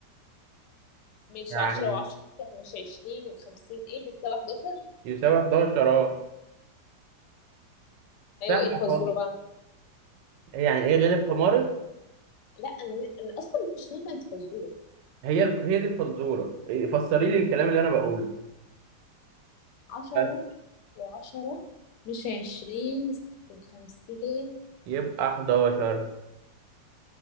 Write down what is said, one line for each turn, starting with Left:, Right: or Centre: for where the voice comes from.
Left: ماشي
Right: يعني
Left: عشرة وعشرة مش عشرين وخمسين ايه بتساوي حداشر
Right: يساوي 11 اه
Left: أيوة
Right: سهله
Left: ايه الفزورة
Right: خالص
Left: بقى
Right: يعني ايه غلب حمارك
Left: لا أنا أنا أصلا مش فاهمة الفزورة
Right: هي الف... هي دي الفزوره إيه، فسري لي الكلام اللي انا بقوله
Left: عشرة
Right: بس
Left: وعشرة مش عشرين وخمسين
Right: يبقى 11